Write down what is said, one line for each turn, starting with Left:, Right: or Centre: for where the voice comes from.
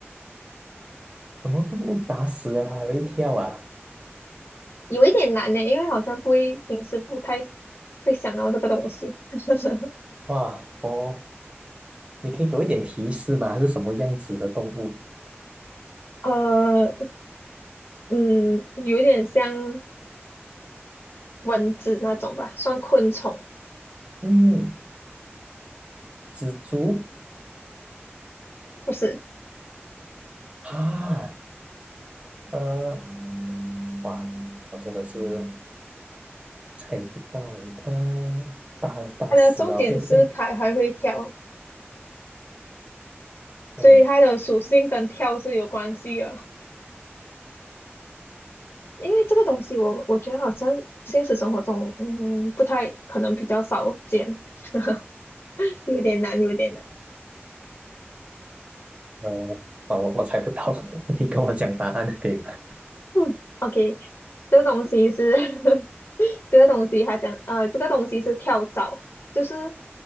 Right: 什么动物打死了它还会跳啊？
Left: 有一点难呢，因为好像不会，平时不太会想到这个东西。<laughs>
Right: 哇，哦。你可以给我一点提示吗？它是什么样子的动物？
Left: 呃，嗯，有一点像蚊子那种吧，算昆虫。
Right: 嗯，蜘蛛
Left: 不是，
Right: 啊，呃，哇，我真的是猜不到诶，它大大师啊，
Left: 它的重点是它还会跳，
Right: 会跳，跳，
Left: 所以它的属性跟跳是有关系的。因为这个东西我，我觉得好像现实生活中，嗯，不太可能比较少见，<laughs> 有点难，有点难。
Right: 呃，啊，我我猜不到，<laughs> 你跟我讲答案可以吗？
Left: 嗯，OK，这个东西是 <laughs> 这个东西，它讲呃，这个东西是跳蚤，就是